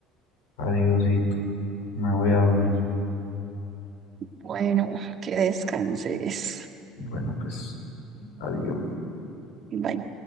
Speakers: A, on the left (about 70°); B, on the right (about 45°).
A: adiosito, me voy a dormir.
B: Bueno, que descanses.
A: Bueno, pues, adiós.
B: Bye.